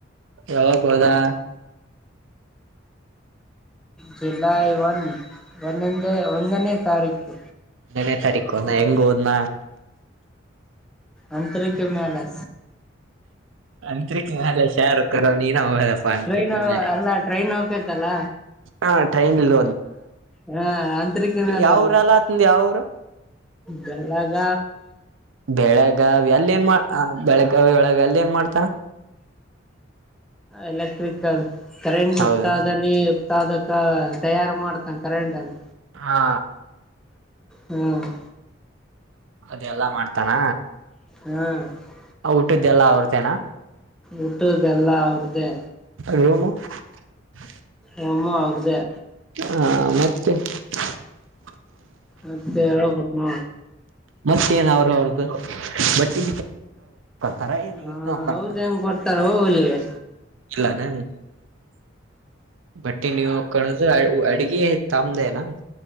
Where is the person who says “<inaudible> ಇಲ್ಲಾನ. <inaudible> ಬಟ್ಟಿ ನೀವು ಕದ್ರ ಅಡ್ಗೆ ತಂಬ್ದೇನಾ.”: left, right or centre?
Right